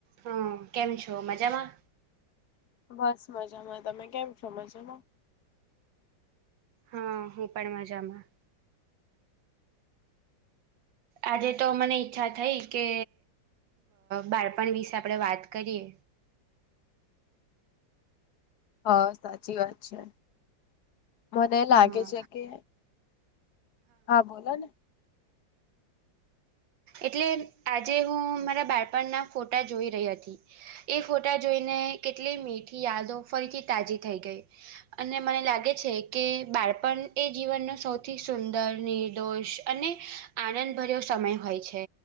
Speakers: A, on the right; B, on the left.
A: હઅ, કેમ છો મજામાં.
B: બસ મજામાં તમે કેમ છો મજામાં.
A: હા, હું પણ મજામાં. આજે તો મને ઈચ્છા થઈ કે બાળપણ વિશે આપણે વાત કરીએ.
B: હ, સાચી વાત છે. મને લાગે
A: હા
B: છે કે હા બોલો ને.
A: એટલે આજે હું મારા બાળપણના ફોટા જોઈ રહી હતી. એ ફોટા જોઈને કેટલી મીઠી યાદો ફરીથી તાજી થઈ ગઈ. અને મને લાગે છે કે બાળપણ એ જીવનનો સૌથી સુંદર નિર્દોષ અને આનંદ ભર્યોસમય હોય છે.